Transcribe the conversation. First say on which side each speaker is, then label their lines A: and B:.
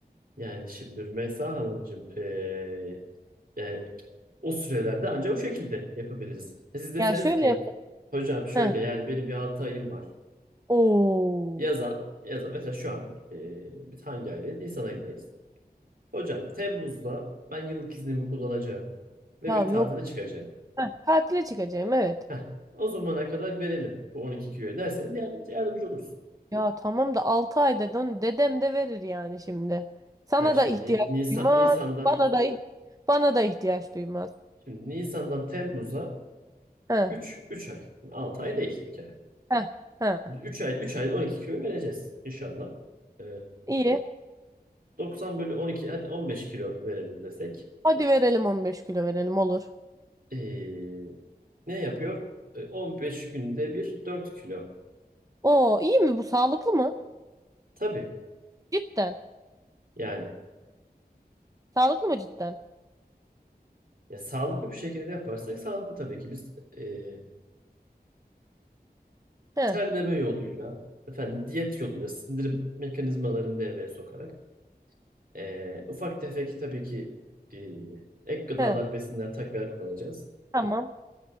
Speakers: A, on the right; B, on the right.
A: Yani şimdi Rümeysa Hanımcığım e, yani o sürelerde ancak o şekilde yapabiliriz. E, Siz deseniz
B: Ya şöyle
A: ki
B: yap.
A: hocam şöyle
B: Heh.
A: yani benim bir 6 ayım var.
B: Oo.
A: Yaza, yaza mesela şu an e, biz hangi aydayız? Nisan ayındayız. Hocam Temmuz'da ben yıllık iznimi kullanacağım ve
B: Ya
A: bir
B: yok.
A: tatile çıkacağım.
B: Heh, tatile çıkacağım
A: O,
B: evet.
A: heh, o zamana kadar verelim bu 12 kiloyu derseniz yardım, yardımcı oluruz.
B: Ya tamam da 6 ay dedin. Dedem de verir yani şimdi. Sana
A: Hayır şimdi
B: da ihtiyaç
A: Ni- Nisan,
B: duymaz.
A: Nisan'dan
B: Bana da bana da ihtiyaç duymaz.
A: Şimdi Nisan'dan Temmuz'a
B: He,
A: üç üç ay. 6 ay değil bir kere.
B: he, he.
A: üç ay 3 ay 12 kilo vereceğiz inşallah. Ee,
B: İyi.
A: 90 bölü on iki hadi 15 kilo verelim desek.
B: Hadi verelim 15 kilo verelim olur.
A: Ee, ne yapıyor? Ee, on beş günde bir 4 kilo.
B: Oo, iyi mi bu sağlıklı mı?
A: Tabii
B: Cidden.
A: yani
B: Sağlıklı mı cidden?
A: ya sağlıklı bir şekilde yaparsak sağlıklı tabii ki biz e,
B: He,
A: terleme yoluyla efendim diyet yoluyla sindirim mekanizmalarını devreye sokarak Ee, ufak tefek tabii ki e, ek gıdalar,
B: he.
A: besinler, takviyeler kullanacağız.
B: Tamam.